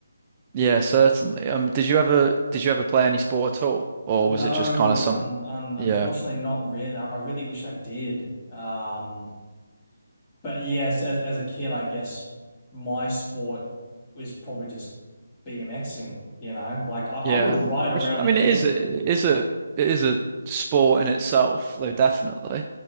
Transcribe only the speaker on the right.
Yeah, certainly. Um, did you ever did you ever play any sport at all, or
was it just kind of some?
Yeah,
yeah.
Which
I
mean,
it is a, it is a it is a sport in itself, though definitely. I